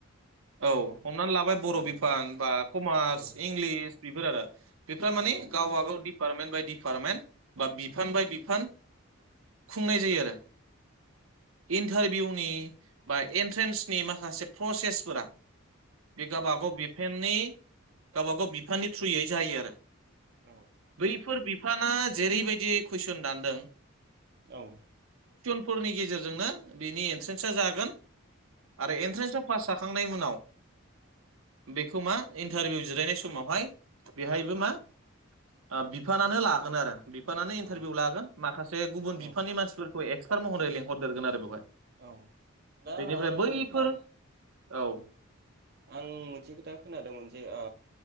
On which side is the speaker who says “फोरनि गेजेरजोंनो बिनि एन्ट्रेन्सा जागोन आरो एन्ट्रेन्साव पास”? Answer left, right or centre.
Right